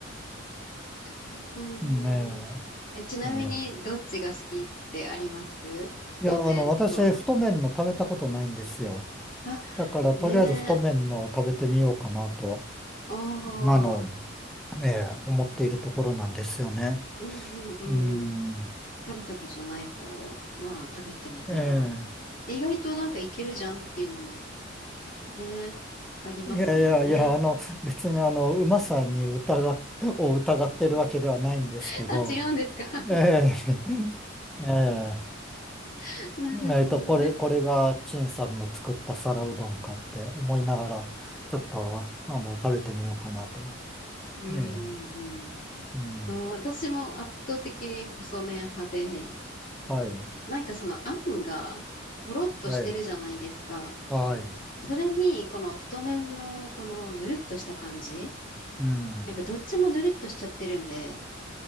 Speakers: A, on the left; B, in the centre.
A: <laughs> うーん。
B: うんね
A: え、ちなみに、
B: え。ええ
A: どっちが好きってあります太麺と。
B: いや、あの、私、太麺の食べたことないんですよ。
A: あ、
B: だから、
A: ねえ。
B: とりあえず太麺のを食べてみようかなと、
A: おー。
B: あの、ええ、思っているところなんですよね。
A: うんうんうん。
B: うん。
A: 食べたことない方を、まあ、食べてみたら。
B: ええ。
A: 意外となんかいけるじゃんっていうのも、ね、ありますもんね。
B: いやいやいや、あの、別にあの、うまさに疑っ、を疑ってるわけではないんですけど、
A: <laughs> あ、違うんですか。
B: ええ。ええ。
A: <laughs> なるほどね。
B: えっと、これ、これが陳さんの作った皿うどんかって思いながら、ちょっと、あの、食べてみようかなと。
A: うんう
B: ええ、
A: ん
B: うん。
A: うん。うん、私も圧倒的に細麺派で、
B: はい。
A: なんかそのあんがとろっとしてるじゃないですか。
B: はい。はい。
A: それにこの太麺のこのぬるっとした感じ、
B: うん。
A: なんかどっちもぬるっとしちゃってるんで、